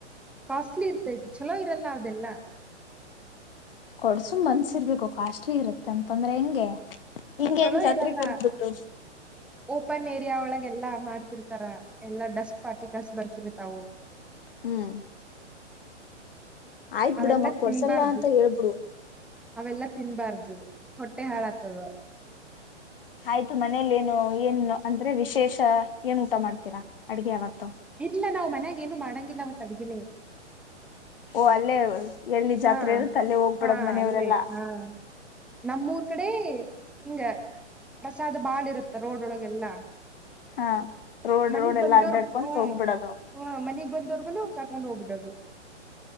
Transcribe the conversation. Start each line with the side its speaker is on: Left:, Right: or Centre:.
Centre: ಕಾಸ್ಟ್ಲಿ ಇರ್ತೈತ ಚಲೋ ಇರಲ್ಲ ಅವದೆಲ್ಲ
Left: ಕೊಡ್ಸುಮ್ ಮನ್ಸಿರ್ಬೇಕು ಕಾಸ್ಟ್ಲಿ ಇರುತ್ತೆ ಅಂತಂದ್ರೆ ಹೆಂಗೆ ಹಿಂಗೇನ್
Centre: ಚಲೋ
Left: ಜಾತ್ರೆ
Centre: ಇರಲ್ಲ
Left: ಕರ್ದಬಿಟ್ಟು
Centre: ಓಪನ್ ಏರಿಯಾ ಒಳಗೆ ಎಲ್ಲಾ ಮಾಡ್ತಿರ್ತಾರ ಎಲ್ಲಾ ಡಸ್ಟ್ ಪಾಟಿ ಕಲ್ಸ್ ಬರ್ತೀರಿ ತಾವು
Left: ಹ್ಮ್ ಆಯ್ತ್
Centre: ಅವೆಲ್ಲಾ
Left: ಬಿಡಮ್ಮಕ್ ಕೊಡ್ಸಲ್ಲ
Centre: ತಿನ್ಬಾರ್ದು
Left: ಅಂತ ಹೇಳ್ಬಿಡು
Centre: ಅವೆಲ್ಲಾ ತಿನ್ಬಾರ್ದು ಹೊಟ್ಟೆ ಹಾಳ ಆತದ
Left: ಆಯ್ತು ಮನೇಲಿ ಏನು ಏನು ಅಂದ್ರೆ ವಿಶೇಷ ಏನ್ ಊಟ ಮಾಡ್ತೀರಾ ಅಡ್ಗೆ ಯಾವಾಗ
Centre: ಇಲ್ಲ ನಾವ್ ಮನ್ಯಾಗ ಏನು ಮಾಡಂಗಿಲ್ಲ ಅವತ್ತಡಗಿನಿ
Left: ಓ ಅಲ್ಲೇ ಎಲ್ಲಿ ಜಾತ್ರೆ
Centre: ಹಾ
Left: ಇರುತ್ತೆ ಅಲ್ಲೇ ಹೋಗ್ಬಿಡದ್
Centre: ಹಾ
Left: ಮನೆಯವರೆಲ್ಲಾ
Centre: ಅಲ್ಲೇ ಹಾ ನಮ್ಮೂರ್ ಕಡೆ ಹಿಂಗ ಪ್ರಸಾದ ಬಾಳ ಇರುತ್ತ ರೋಡ್ಳಗೆಲ್ಲಾ
Left: <unintelligible> ರೋಡ್
Centre: ಮನಗ್
Left: ರೋಡ್
Centre: ಬಂದೋರ್ಗ್
Left: ಎಲ್ಲಾ ಅಡ್ಡಾಡ್ಕೊಂತ
Centre: ಹ
Left: ಹೋಗ್ಬಿಡೋದು
Centre: ಹ ಮನಗ್ ಬಂದೋರ್ಗುನು ಕರ್ಕೊಂಡ್ ಹೋಗ್ಬಡ ಹ <unintelligible>